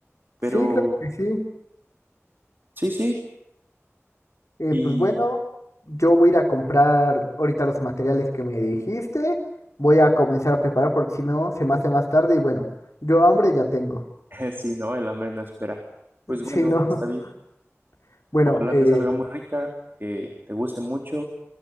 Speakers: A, on the right (about 45°); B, on the left (about 85°).
A: Pero
B: Sí, claro que sí.
A: sí, sí,
B: Eh,
A: y
B: pues bueno, yo voy a ir a comprar ahorita los materiales que me dijiste. Voy a comenzar a preparar porque si no se me hace más tarde y bueno, yo hambre ya tengo.
A: <laughs> si no, el hambre no espera. Pues bueno,
B: Sí, no.
A: está bien.
B: <laughs> Bueno,
A: Ojalá
B: eh,
A: te salga muy rica, que te guste mucho